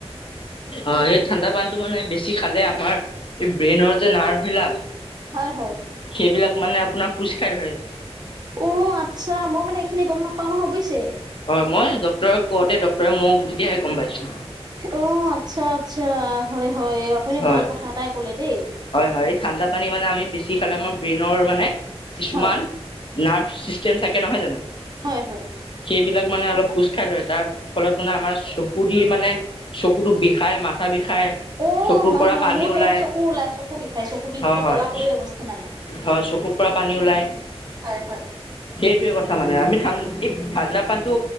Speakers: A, on the left (about 50°); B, on the right (about 40°).
A: অ' এই ঠাণ্ডা পানতটো মানে বেছি খালে আমাৰ, এই ব্ৰেইনৰ যে নাৰ্ভ বিলাক।
B: হয় হয়।
A: এইবিলাক মানে আপোনাৰ খোজ খা়ই ধৰে।
B: অ' আচ্ছা, মই মানে এইখিনি গম নাপাও নহয় বুইিছে।
A: হয় মই ড্টৰ কওঁতে, ড্টৰে মোক দিতিয়াহে গম পাইছো।
B: অ' আচ্ছা আচ্ছা, হয় হয়, আপুনি
A: হয়
B: ভাল কথা এটাই কলে দেই।
A: হয় ঠাণ্ডা পানী মানে আমি বেছি খালে আমাৰ ব্ৰেইনৰ মানে কিছুমান
B: হয়।
A: নাৰ্ভ ছিষ্টেম থাকে নহয় জানো।
B: হয় হয়
A: সেইবিলাক মানে অলপ কুজ খাই ধৰে তাৰ ফলত <unintelligible> আমাৰ চকু দি মানে চকুটো বিষায়, মাথা বিষায়।
B: অ'
A: চুকুৰ
B: হয়
A: পৰা
B: হয়
A: পানী
B: মোৰ
A: ওলায়।
B: সেয়া চকু ওলাই চকু বিষাই চকু বিষ
A: হ,
B: একে
A: হয়।
B: কলা পৰি অৱস্থা নাই।
A: হয় চকুৰ পৰা পানী ওলায়।
B: হয়, হয়।
A: টোৱে কথা মানে আমি থান ই, ঠাণ্ডা পানীটো